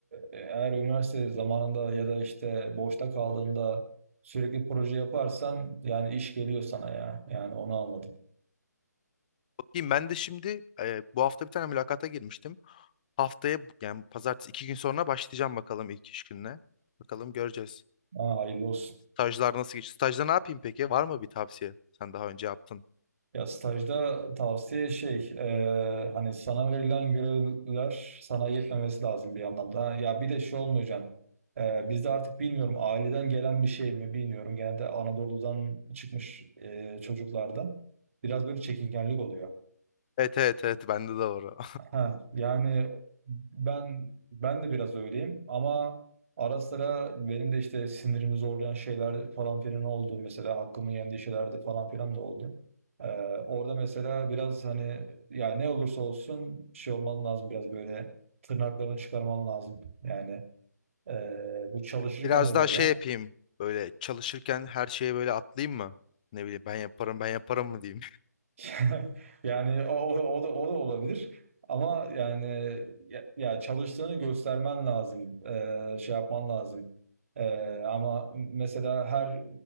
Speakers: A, on the right; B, on the left.
A: e, eğer üniversite zamanında ya da işte boşta kaldığında sürekli proje yaparsan yani iş geliyor sana ya yani onu anladım
B: Ki Ben de şimdi e, bu hafta bir tane mülakata girmiştim. Haftaya yani pazartesi iki gün sonra başlayacağım bakalım ilk iş gününe. Bakalım göreceğiz.
A: Aa, hayırlı olsun
B: Stajlar nasıl geçiyor? Stajda ne yapayım peki? Var mı bir tavsiye? Sen daha önce yaptın.
A: ya stajda tavsiye şey e, hani sana verilen görevler sana yetmemesi lazım bir anlamda ya bir de şey olmayacağım e, bizde artık bilmiyorum aileden gelen bir şey mi bilmiyorum genelde Anadolu'dan çıkmış e, çocuklarda biraz böyle çekingenlik oluyor.
B: Evet evet evet bende de var. o.
A: Ha, yani ben ben de biraz öyleyim ama ara sıra benim de işte sinirimi zorlayan şeyler falan filan oldu. Mesela hakkımı yendiği şeyler de falan filan da oldu. Ee, orada mesela biraz hani yani ne olursa olsun bir şey olman lazım biraz böyle tırnaklarını çıkarman lazım. Yani e, bu çalışırken
B: <laughs> Biraz
A: de
B: daha
A: böyle.
B: şey yapayım. Böyle çalışırken her şeye böyle atlayayım mı? Ne bileyim ben yaparım ben yaparım mı diyeyim.
A: <laughs> Yani o, o, o da o da olabilir. Ama yani ya, ya çalıştığını göstermen lazım. Ee, şey yapman lazım. Ee, ama mesela her